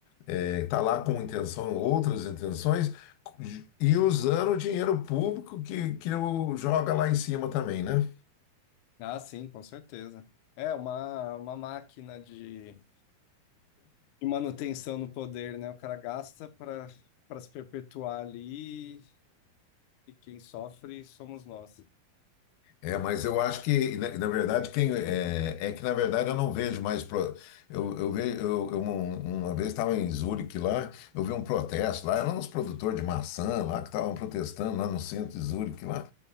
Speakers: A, on the left (about 85°); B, on the left (about 65°).
A: está lá com intenção, outras intenções, e usando o dinheiro público que, que o joga lá em cima também, né?
B: Ah, sim, com certeza. É uma, uma máquina de de manutenção no poder, né? O cara gasta para para se perpetuar ali e quem sofre somos nós.
A: É, mas eu acho que, na, na verdade, quem é, é que, na verdade, eu não vejo mais. Pro, eu, eu, ve- eu, eu um- uma vez estava em Zurique lá, eu vi um protesto lá, eram uns produtores de maçã lá que estavam protestando lá no centro de Zurique lá.